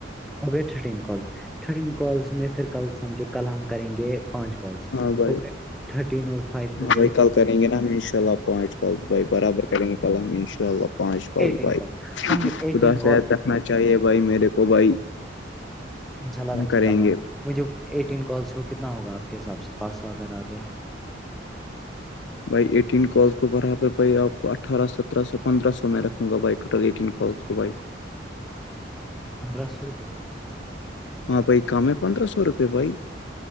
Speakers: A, in the centre; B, on the left.
A: ہو گئے تھرٹین کالس تھرٹین کالس میں پھر ک سجھو کل ہم کریں گے پانچ کالس
B: ہاں بھائی
A: ہو گئے تھرٹین اور فائیو
B: ہاں
A: ہو گئے
B: بھائی کل کریں گے نا ہم ان شاء اللہ پانچ کال بائی برابر ان شاء اللہ پانچ کال
A: ایٹین
B: بھائی
A: سمجھو ایٹین
B: جان
A: کال
B: نا چاہیے بھائی میرے کو بھائی
A: انشاء اللہ
B: ہم
A: رکھیے
B: کریں
A: گا بھائی
B: گے
A: مجھے ایٹین کالس کو کتنا ہوگا آپ کے حساب سے پرارس وغیرہ ہو گیا
B: بھائی ایٹین کالس کو برابر بھائی آپ کو اٹھارہ سترہ سو پندرہ سو میں رکھوں گا بھائی ٹوٹل ایٹین کالس کو بھائی
A: پندرہ سو روپئے
B: ہاں بھائی کم ہے پندرہ سو روپے بھائی